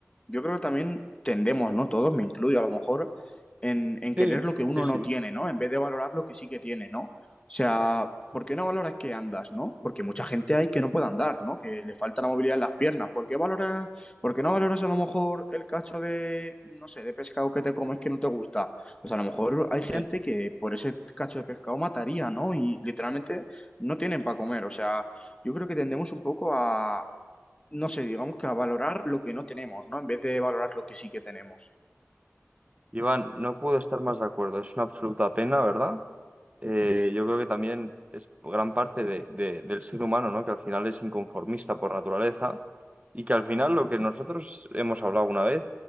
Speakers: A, on the left; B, on the right.
A: yo creo que también tendemos, ¿no? Todos, me incluyo a lo mejor, en, en querer
B: Sí,
A: lo que uno
B: sí, sí.
A: no tiene, ¿no? En vez de valorar lo que sí que tiene, ¿no? O sea, ¿por qué no valoras que andas, ¿no? Porque mucha gente hay que no puede andar, ¿no? Que le falta la movilidad en las piernas. ¿Por qué valoras, por qué no valoras a lo mejor el cacho de, no sé, de pescado que te comes que no te gusta? Pues a lo mejor hay gente
B: Sí.
A: que por ese cacho de pescado mataría, ¿no? Y literalmente no tienen para comer. O sea, yo creo que tendemos un poco a no sé, digamos que a valorar lo que no tenemos, ¿no? En vez de valorar lo que sí que tenemos.
B: Iván, no puedo estar más de acuerdo. Es una absoluta pena, ¿verdad? Eh, yo creo que también es gran parte de- de- del ser humano, ¿no? Que al final es inconformista por naturaleza y que al final lo que nosotros hemos hablado una vez,